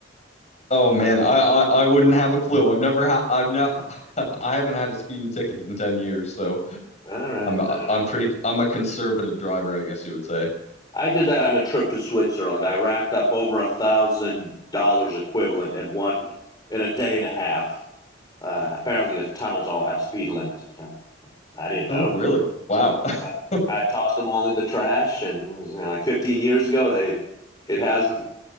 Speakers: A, on the left; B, on the left.
A: Oh man, I, I, I wouldn't have a clue. I've never had, I've not, <laughs> I haven't had a speeding ticket in 10 years. So
B: All right,
A: I'm,
B: all right.
A: I'm pretty, I'm a conservative driver, I guess you would say.
B: I did that on a trip to Switzerland. I racked up over a thousand dollars equivalent in one in a day and a half. Uh, apparently, the tunnels all have speed limits, which I, I didn't
A: Oh,
B: know.
A: really? Wow. <laughs>
B: Uh, I tossed them all in the trash, and it was, you know, like 15 years ago, they it hasn't